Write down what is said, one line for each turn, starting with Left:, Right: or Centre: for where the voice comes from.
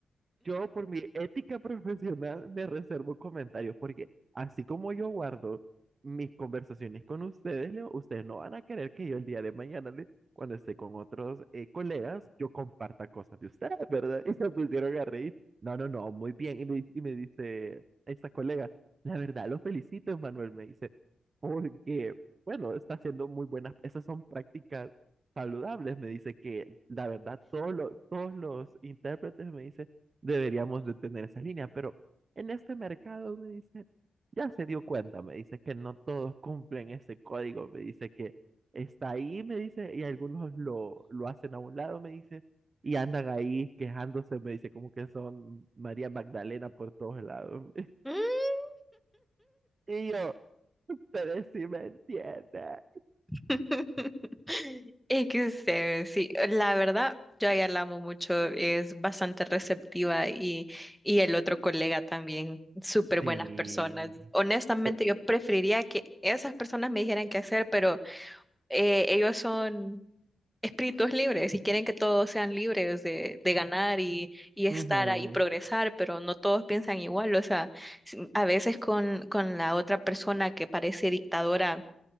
Right: Yo, por mi ética profesional, me reservo comentarios porque así como yo guardo mis conversaciones con ustedes, Leo, ustedes no van a querer que yo el día de mañana, le- cuando esté con otros eh, colegas, yo comparta cosas de ustedes, ¿verdad? <laughs> Y se pusieron a reír. No, no, no, muy bien. Y me, di- y me dice esta colega, la verdad, lo felicito, Manuel, me dice, porque, bueno, está haciendo muy buenas, esas son prácticas saludables. Me dice que la verdad, todos los, todos los intérpretes me dicen deberíamos de tener esa línea, pero en este mercado me dice, ya se dio cuenta, me dice que no todos cumplen ese código, me dice que está ahí, me dice, y algunos lo, lo hacen a un lado, me dice, y andan ahí quejándose, me dice, como que son María Magdalena por todos lados. <laughs>
Centre: <laughs>
Right: Y yo, pero si me entiende.
Centre: <laughs> Es que sé, sí, la verdad, yo a ella la amo mucho, es bastante receptiva y, y el otro colega también, súper
Right: Sí.
Centre: buenas personas. Honestamente,
Right: Eh,
Centre: yo preferiría que esas personas me dijeran qué hacer, pero eh, ellos son espíritus libres y quieren que todos sean libres de, de ganar y, y estar
Right: ujú,
Centre: ahí, progresar, pero no todos piensan igual. O sea, si- a veces con, con la otra persona que parece dictadora,